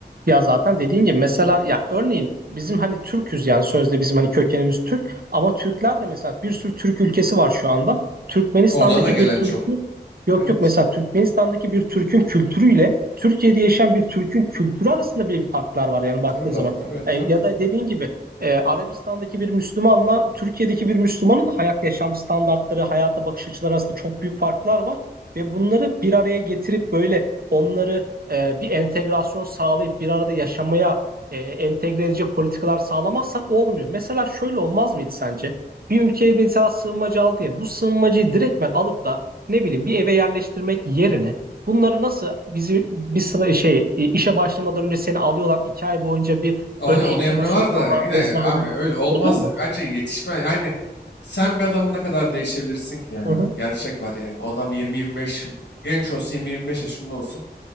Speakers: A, on the right (about 60°); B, on the left (about 85°).
A: Ya zaten dediğin gibi mesela ya örneğin bizim hani Türk'üz yani sözde bizim hani kökenimiz Türk ama Türkler de mesela bir sürü Türk ülkesi var şu anda. Türkmenistan'daki
B: Oradan da gelen
A: bir Türk'ün
B: çok.
A: yok
B: Evet.
A: yok mesela Türkmenistan'daki bir Türk'ün kültürüyle Türkiye'de yaşayan bir Türk'ün kültürü arasında bile bir farklar var yani baktığın
B: Tabii var.
A: zaman.
B: Tabii
A: E,
B: tabii
A: ya
B: tabii.
A: da dediğin gibi e, Arabistan'daki bir Müslümanla Türkiye'deki bir Müslümanın da hayat yaşam standartları, hayata bakış açıları arasında çok büyük farklar var ve bunları bir araya getirip böyle onları e, bir entegrasyon sağlayıp bir arada yaşamaya e, entegre edici politikalar sağlamazsan olmuyor. Mesela şöyle olmaz mıydı sence? Bir ülkeye mesela sığınmacı aldı ya bu sığınmacıyı direktmen alıp da ne bileyim bir eve yerleştirmek yerine bunları nasıl bizi bir sıra e, şey e, işe başlamadan önce seni alıyorlar iki ay boyunca bir
B: Onu,
A: ön eğitime
B: onu yapıyorlar
A: sokuyorlar
B: da yine
A: vesaire.
B: abi öyle olmaz.
A: Oluyor mu?
B: Bence yetişme yani sen bir adamı ne kadar değişebilirsin ki yani
A: Hı
B: abi.
A: hı.
B: Gerçek var yani. O adam 20-25 yıl genç olsun 20-25 yaşında olsun.